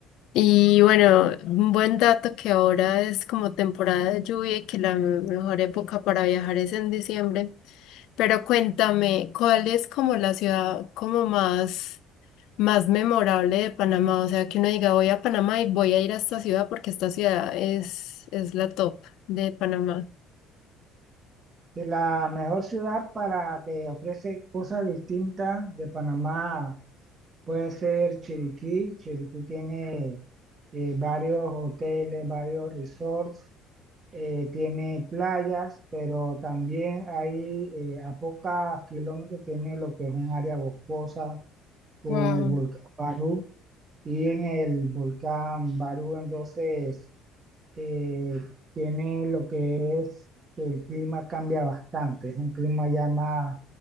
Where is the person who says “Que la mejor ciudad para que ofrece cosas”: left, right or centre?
Right